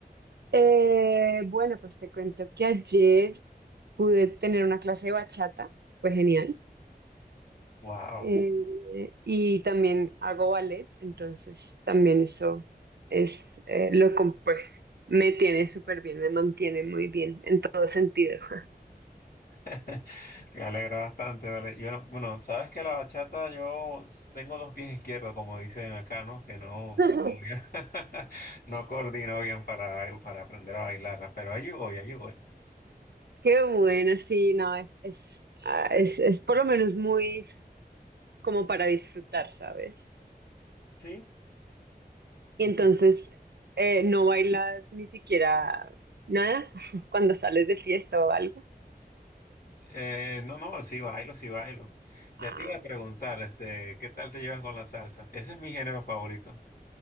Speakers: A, on the right; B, on the left.
A: Eh, bueno, pues te cuento que ayer pude tener una clase de bachata, fue genial.
B: Wow.
A: Eh, y también hago ballet, entonces también eso es eh, lo que pues me tiene súper bien, me mantiene muy bien en todo sentido. <laughs>
B: <laughs> Me alegra bastante, ¿vale? Yo no- bueno, sabes que la bachata yo tengo dos pies izquierdos, como dicen acá, ¿no? Que no,
A: Ujú.
B: <laughs> no coordino bien para, para aprender a bailarla, pero allí voy, allí voy.
A: Qué bueno, sí, no, es, es, ah, es, es por lo menos muy como para disfrutar, ¿sabes?
B: Sí.
A: Y
B: Y-
A: entonces
B: qué-
A: eh, no bailas ni siquiera nada <laughs> cuando sales de fiesta o algo.
B: Eh, no, no, sí bailo, sí bailo. Ya
A: Ah,
B: te iba a preguntar, este, ¿qué tal te llevas con la salsa? Ese es mi género favorito.